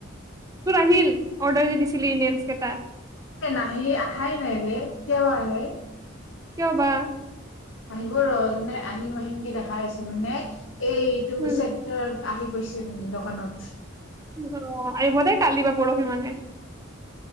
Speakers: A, on the right; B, on the left.
A: তোৰ আহিল অৰ্ডাৰ যে দিছিলে ইণ্ডিয়ানছ কেইটা।
B: ন, আহা নাই ৰে। কেতিয়া বা আহে।
A: কিয় বা।
B: আহিব ৰ। মানে আহিম, আহিম কি দেখা আছে মানে এইটো
A: উম
B: চেটাৰ আহি পৈছে মানে দোকানত।
A: <unintelligible> আহিবদে কালি বা পৰসি মানে।